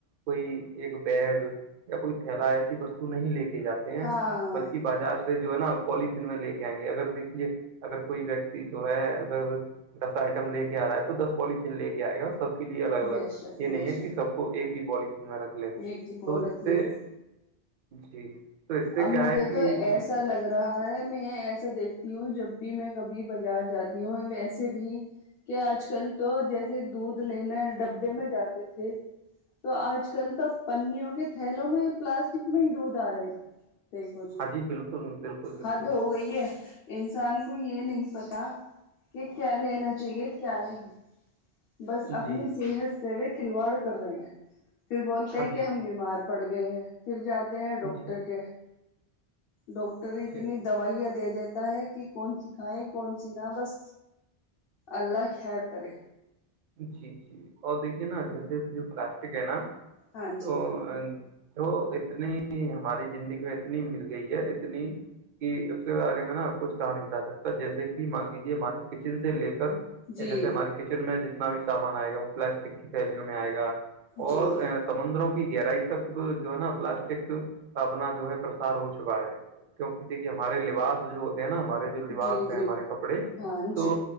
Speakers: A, on the right (about 55°); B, on the left (about 60°).
A: کوئی ایک بیگ یا کوئی تھیلا ایسی وستو نہیں لے کے جاتے ہیں
B: ہاں
A: بلکہ بازار سے جو ہے نا پولیتن میں لے کے آئیں گے اگر دیکھیے اگر کوئی ویکتی جو ہے اگر دس آئٹم لے کے آ رہا ہے تو دس پولیتھیین لے کے آئے گا سب کے لیے الگ الگ
B: بے شک
A: یہ
B: بے
A: نہیں ہے
B: شک
A: کہ سب کو ایک ہی بال تین میں رن لے
B: ایک ہی پولیتھیین
A: تو اس سے
B: میں
A: جی تو اس سے
B: اب
A: کیا
B: مجھے
A: ہے کہ
B: تو ایسا لگ رہا رہا ہے میں ایسا دیکھتی ہوں جب بھی میں کبھی بازار جاتی ہوں ویسے بھی کہ آج کل تو جیسے دودھ لینےا ڈبے میں جاتے تھے تو آج کل تو پنیوں کے تھیلوں میں پلاسٹک میں ہی دودھ آ رہے ہیں دیکھو جی
A: ہاں بالکل بالکل بالکل
B: حد ہو گئی ہے انسان کو یہ نہیں پتا کہ کیا لینا چاہیے کیا نہیں بس
A: جی
B: اپنی صحت سے بھی کھلواڑ کر رہے ہیں پھر بولتے
A: ہاں
B: ہیں کہ
A: جی
B: ہم بیمار پڑ گئے ہیں پھر جاتے ہیں
A: جی
B: ڈاکٹر کے ڈاکٹر اتنی
A: جی
B: دوائیاں دے دیتا ہے کہ کون سی کھائے کون سی نہ بس اللہ خیر کرے
A: جی جی اور دیکھیے نا جیسے جو پلاسٹک ہے نا
B: ہاں جی
A: تو وہ اتنی ہماری زندگی میں اتنی مل گئی ہے اتنی کہ اس کے بارے میں نا کچھ کہا نہیں چاہ سکتا جیسے کہ مان لیجے ہمارے کچن سے لے کر
B: جی
A: جیسے ہماراری کچن میں جتنا بھی سامان آئے گا وہ پلاسٹک کی تھیلیوں میں آئے گا
B: جی
A: اور سمندروں کی گہرائی تک جو ہے نا پلاسٹک کا اپنا جو ہے پرسار ہو چکا ہے کیونکہ دیکھیے ہمارے لباس جو ہوتے ہیں نا ہمارے جو لبس
B: جی جی
A: ہے ہمارے کپڑے
B: ہاں
A: تو
B: جی